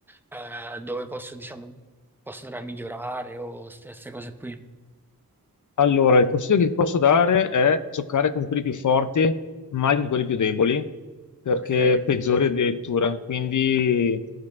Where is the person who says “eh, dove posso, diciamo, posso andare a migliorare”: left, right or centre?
Centre